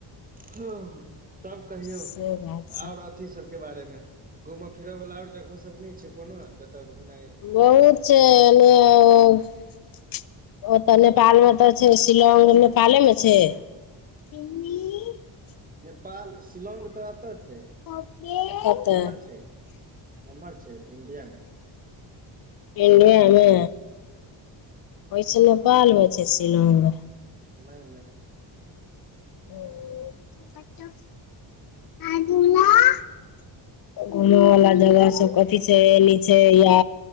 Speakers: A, on the right; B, on the left.
A: हँ तब कहियौ
B: से बात
A: आओर आद अथी सब के बारे मे घूमय फिरए वाला आओर जगह सब नय छै कोनो जते घुमना य
B: बहुत छै एलियै ओ ओ तऽ नेपाल मे तऽ छै शिलौंग नेपाले मे छै मम्मी <inaudible>
A: नेपाल शिलौंग तऽ एतऽ छै
B: कतऽ
A: एम्हर छै एम्हर छै इंडिया मे
B: इंडिये मे
A: हँ
B: होइ छै नेपाल मे छै शिलौंग
A: नय नय
B: <inaudible> घुमै वाला जगह सब कथी छै एनी छै या